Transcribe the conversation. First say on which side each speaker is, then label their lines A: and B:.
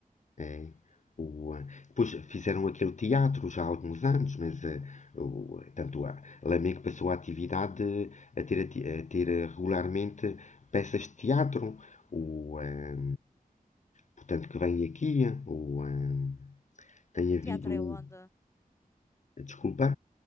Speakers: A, on the left; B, on the left.
A: É, o, ah, depois fizeram aquele teatro já há alguns anos, mas ah, o, tanto a Lamego passou a atividade a ter, a ter ah, regularmente peças de teatro. O, ah, portanto, que vem aqui. O, ah, tem
B: o
A: havido.
B: teatro
A: um,
B: é onde?
A: Desculpa.